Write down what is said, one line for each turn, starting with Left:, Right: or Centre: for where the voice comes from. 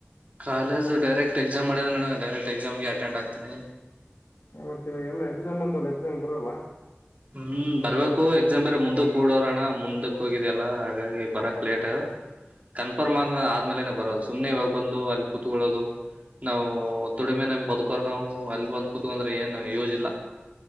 Right: ಕಾಲೇಜು ಡೈರೆಕ್ ಎಕ್ಸಾಮ್ ಮಾಡಿದನಣ ಡೈರೆಕ್ಟ್ ಎಕ್ಸಾಮ್ಗೆ ಅಟೆಂಡ್ ಆಗ್ತಿನಿ.
Left: ಮತ್ತೆ ಇವ ಎಲ್ಲಾ ಎಕ್ಸಾಮ್ ಅಂದಲ್ಲ ಎಕ್ಸಾಮ್ಗ್ ಬರಲ್ವ.
Right: ಹ್ಮ್ ಬರ್ಬೇಕು ಎಕ್ಸಾಮ್ ಬೇರೆ ಮುಂದೂಕ್ಕೂಡೋರಣ ಮುಂದಕ್ ಹೋಗಿದ್ಯಲ್ಲ ಹಾಗಾಗಿ ಬರಕ್ ಲೇಟು. ಕನ್ಫರ್ಮ್ ಆದ್ಮ ಆದ್ಮೇಲೆನೆ ಬರೋದು ಸುಮ್ನೆ ಇವಾಗ ಬಂದು ಅಲ್ಲಿ ಕೂತ್ಕೊಳ್ಳೋದು ನಾವು ದುಡಿಮೆನಾಗ್ ಬದುಕೋರ್ ನಾವು ಅಲ್ಲಿ ಬಂದ್ ಕೂತ್ಕಂದ್ರೆ ಏನ್ ಯೂಜಿಲ್ಲಾ.